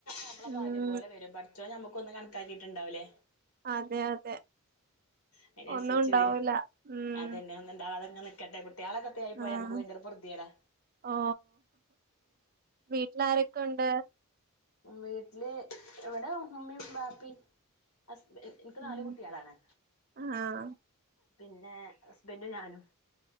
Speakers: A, on the left; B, on the right.
A: നമ്മളെ
B: ഉം
A: ഭാഗ്യം പോലെ വരും പടച്ചോൻ നമ്മക്ക ഒന്ന കണക്കാക്കിയിട്ടുണ്ടാവലേ
B: അതെ അതെ
A: അതിനനുസരിച്ച്
B: ഒന്നും ഉണ്ടാവൂല
A: വരും
B: ഉം
A: അതനെ ഒന്ന ഇണ്ടാവാ അതങ്ങ് നിക്കട്ടെ കുട്ട മയാള കത്തെ ആയി പോയി
B: ആഹ്
A: നമുക്ക് ഭയങ്കര പുറത്തിയടാ
B: ഓ വീട്ടിൽ ആരൊക്കെ ഉണ്ട്
A: വീട്ടില് എവിട ഉമ്മി ബാപ്പി അസ് എനിക്ക് നാല്
B: ഉം
A: കുട്ടികളാണ്
B: ആഹ്
A: പിന്നെ ഹസ്ബൻഡും ഞാനും